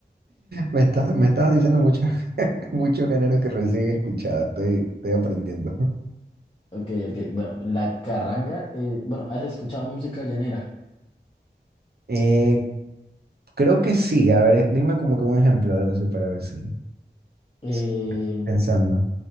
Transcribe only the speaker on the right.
Me estás, me estás diciendo muchos <laughs> muchos géneros que recién he escuchado, estoy, estoy aprendiendo.
Eh, Creo que sí. A ver, dime como que un ejemplo, de algo así, para ver si.
si- Pensando.